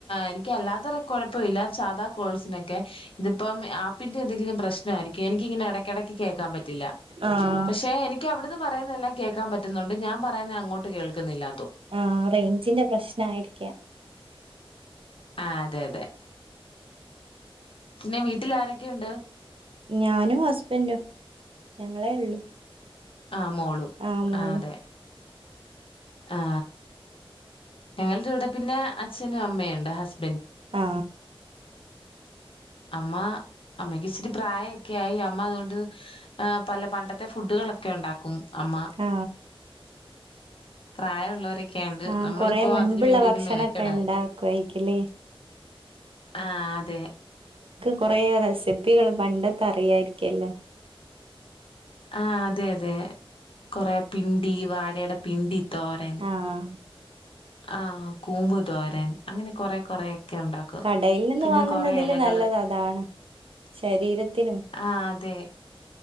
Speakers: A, on the left; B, on the right.
A: എനിക്ക് അല്ലാ കുഴപ്പില്ലാ സാധ കോൾസിനൊക്കെ ഇതിപ്പം ആപ്പിന്റെ എന്തെങ്കിലും പ്രശ്നാരിക്കും എനിക്കിങ്ങനെ ഇടക്കിടക്ക് കേൾക്കാൻ പറ്റില്ല
B: ആഹ്
A: പക്ഷെ എനിക്കവിടുന്നു പറയുന്നതല്ലാം കേൾക്കാൻ പറ്റുന്നുണ്ട് ഞാൻ പറയുന്നത് അങ്ങോട്ട് കേൾക്കുന്നില്ല
B: ആ റേഞ്ചിന്റെ പ്രശ്ന ആയിരിക്ക
A: ആ അതെ അതെ പിന്നെ വീട്ടിൽ ആരൊക്കെയുണ്ട്
B: ഞാനും ഹസ്ബൻഡും ഞങ്ങളേ ഉള്ളു
A: ആ മോളും
B: ആഹ് മോളും
A: ആ അതെ ആ ഞങ്ങള ഇവിടെ പിന്നെ അച്ഛനും അമ്മയയുംണ്ട് ഹസ്ബ
B: ആ
A: അമ്മ അമ്മക്ക് ഇച്ചിരി പ്രായൊക്കെ ആയി അമ്മ അതുകൊണ്ട് പല പണ്ടത്തെ ഫുഡുകളൊക്കെ ഉണ്ടാക്കും അമ്മ
B: ആ
A: പ്രായമുള്ളവരൊക്കെയാണ്ട്
B: ആ
A: നമ്മളിപ്പോ
B: കൊറെ മുൻപുള്ള
A: അതിന് വേണ്ടിയൊന്നും
B: ഭക്ഷണൊക്കെ
A: മെനക്കെടാറില്ലല്ലോ
B: ഉണ്ടാക്കായിരിലേ
A: ആ അതെ
B: കൊറെേ റെസിപ്പികള് പണ്ടത്തെ അറിയായിരിക്കല്ലോ
A: ആ അതെ അതെ കൊറെ പിണ്ടി വാഴയുടെ പിണ്ടി തോരൻ
B: ആഹ്
A: ആ കൂമ്പുതോരൻ അങ്ങനെ കൊറെ കൊറെ ഉണ്ടാക്കും
B: കടയിൽ നിന്ന്
A: പിന്നെ
B: വാങ്ങുന്നതില്
A: ഇലകള്
B: നല്ലത് അതാണ് ശരീരത്തിനും
A: ആ അതെ